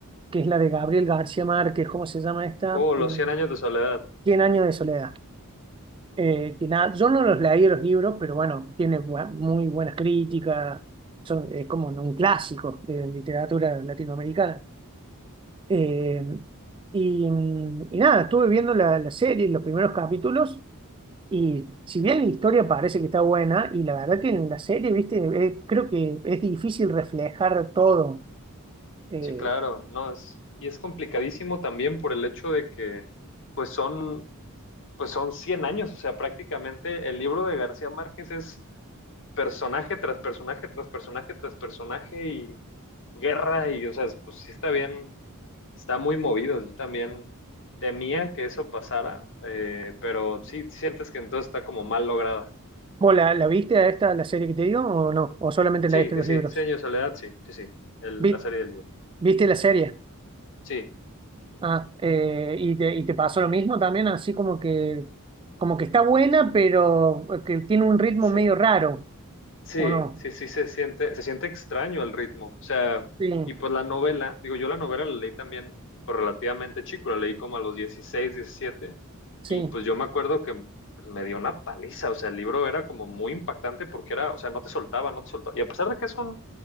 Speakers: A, on the right; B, on the left.
A: que es la de Gabriel García Márquez, ¿cómo se llama esta?
B: Oh, los
A: Eh,
B: cien años de soledad.
A: Cien años de soledad. Eh, que nada, yo no los leí los libros, pero bueno, tiene bua- muy buenas críticas, son, es como un clásico de la literatura latinoamericana. Eh, y, y nada, estuve viendo la, la serie, los primeros capítulos, Y si bien la historia parece que está buena, y la verdad que en la serie, viste, Eh, creo que es difícil reflejar todo. Eh,
B: Sí, claro, no es y es complicadísimo también por el hecho de que pues son pues son 100 años, o sea, prácticamente el libro de García Márquez es personaje tras personaje tras personaje tras personaje y guerra y o sea, pues sí está bien, está muy movido. Yo también temía que eso pasara, eh, pero sí sientes que entonces está como mal lograda.
A: ¿vos la, la viste a esta, la serie que te digo, o no? ¿O solamente
B: Sí,
A: la viste
B: sí,
A: los
B: sí,
A: libros?
B: cien años de Soledad, sí, sí, sí, el-
A: Vi-
B: la serie del libro.
A: ¿viste la serie?
B: Sí,
A: Ah, eh, y te, y te pasó lo mismo también, así como que, como que está buena,
B: sí,
A: pero eh, que tiene un ritmo
B: se
A: medio raro,
B: Sí,
A: ¿o no?
B: sí, sí, se siente, se siente extraño el ritmo. O sea,
A: Sí,
B: y pues la novela, digo, yo la novela la leí también pues, relativamente chico, la leí como a los 16, 17,
A: sí,
B: y pues yo me acuerdo que pues, me dio una paliza, o sea, el libro era como muy impactante porque era, o sea, no te soltaba, no te soltaba. Y a pesar de que es un,